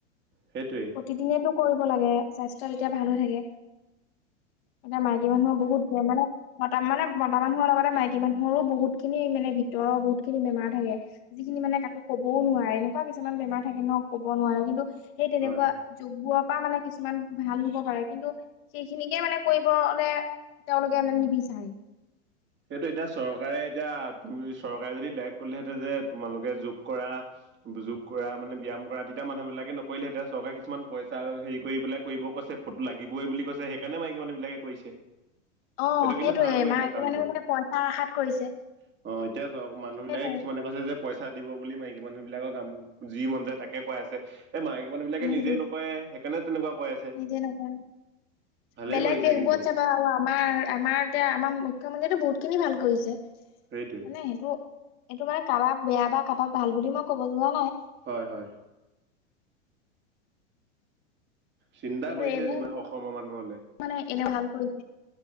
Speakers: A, on the right; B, on the left.
A: সেইটোৱেই
B: প্ৰতিদিনেতটো কৰিব লাগে স্বাস্থ্য তেতিয়া ভাল হৈ থাকে এতিয়া মাইকী মানুহৰ বহুত ব মানে মানে মদা মানুহৰ লগতে মাইকী মানুহৰো বহুত খিনি মানে ভিতৰৰ বহুত খিনি বেমাৰ থে যিখিনি মানে মে কাকো ক'বও নোৱাৰে এনেকুৱা কিছুমান বেমাৰ থাকে ন ক'ব নোৱাৰে কিন্তু সেই তেনেকুৱা
A: হয় হয়
B: যোগ বোৱা পৰা মানে কিছুমান ভাল হ'ব পাৰে কিন্তু সেইখিনিকে মানে কৰিবলে তেওঁলোকে নি বিছাৰে
A: সেইটো এতিয়া চৰকাৰে এতিয়া তুমি চৰকাৰে যদি দায়ক কৰিলেহেহতে যে তোমালোকে যোগ কৰা যোগ কৰা মানে ব্যায়াম কৰা তেতিয়া মানুহ বিিলাকে নকৰিলে তেতিয়া চৰকাৰে কিছুমান পইচা হেৰি কৰি পেলাই কৰিব কৈছে ফটো লাগিবই বুলি কৈছে সেইকাৰণে মাৰক মানুে এইবলাকে কৰিছে এইটো
B: অ সেইটোয়ে
A: কিন্তু ভাল কৰিছে
B: মাইকী
A: কামটো।
B: মানুহে মানে
A: অ
B: পইচা আশাত কৰিছে
A: এতিয়া আ চ মানুহ বিলাকে
B: সেইটোৱে
A: কিছুমানে কৈছে যে পইচা দিব বুলি মাইক মানুহ বিলাকৰ কাম যি মন যায় তাকে কৈ আছে এই মাইকী মানুহবিলাকে
B: সেইটোৱে
A: নিজে নকৰে সেইকাৰণে তেনেকুৱা কৈ আছে।
B: নিজে নাপায়
A: ভালেই
B: বেলেগ
A: কৰিছে
B: দেশ
A: কিন্তু
B: বত চাবা আৰু আমাৰ আমাৰ এতিয়া আমাৰ শ মন্দিয়টো বহুত খিনি ভাল কৰিছে
A: সেইটোৱে
B: মানে সেইটো এইটো মানে কাৰোবাক বেয়া বা কাৰোবাক ভাল বুলি মই কব যোৱা নাই
A: হয় হয় চিন্তা
B: কিন্তু
A: কৰিছে
B: এইবোৰ
A: যিমান অসমৰ মানুহলে
B: মানে এনে ভাল কৰিছে